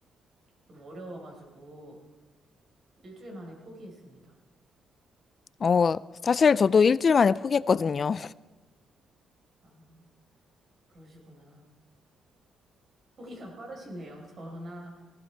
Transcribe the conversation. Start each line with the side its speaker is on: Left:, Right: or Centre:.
Right: 좀 어려워가지고 일주일 만에 포기했습니다.
Left: 어, 사실 저도 일주일 만에 포기했거든요.
Right: 아, 그러시구나. 포기가 빠르시네요. 저나